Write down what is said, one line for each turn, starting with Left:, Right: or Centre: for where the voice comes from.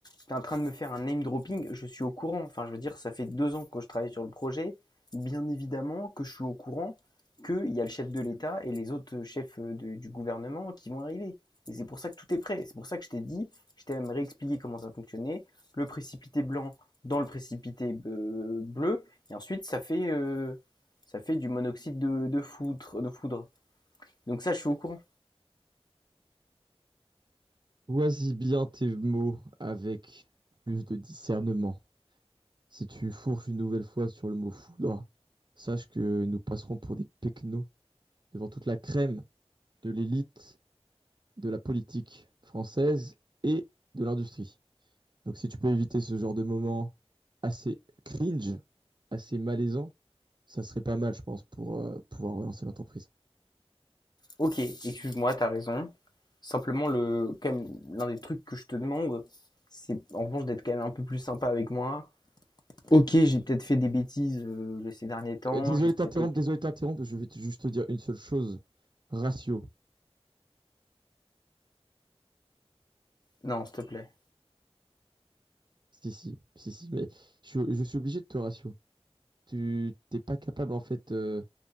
Left: t'es en train de me faire un name dropping, je suis au courant. Enfin, je veux dire, ça fait 2 ans que je travaille sur le projet. Bien évidemment que je suis au courant qu'il y a le chef de l'État et les autres, chefs, euh, de du gouvernement qui vont arriver et c'est pour ça que tout est prêt. C'est pour ça que je t'ai dit, je t'ai même réexpliqué comment ça fonctionnait. Le précipité blanc dans le précipité, heu, bleu et ensuite, ça fait, euh, ça fait du monoxyde de, de, foudre, de foudre. Donc ça, je suis au courant.
Right: Choisis bien tes mots avec plus de discernement. Si tu fourches une nouvelle fois sur le mot foudre, sache que nous passerons pour des pecnos devant toute la crème de l'élite, de la politique française et de l'industrie. Donc si tu peux éviter ce genre de moment assez cringe, assez malaisant, ça serait pas mal, je pense, pour euh, pouvoir relancer l'entreprise.
Left: Ok, excuse-moi, t'as raison. Simplement, le, quand même, l'un des trucs que je te demande, c'est en revanche d'être quand même un peu plus sympa avec moi. Ok, j'ai peut-être fait des bêtises euh, ces derniers temps,
Right: Euh, désolé
Left: j'ai peut-être
Right: de t'interrompre,
Left: été...
Right: désolé de t'interrompre, je vais te- juste te dire une seule chose. Ratio.
Left: Non, s'il te plaît.
Right: Si, si, si, si, mais je, suis je suis obligé de te ratio. Tu t'es pas capable, en fait, euh,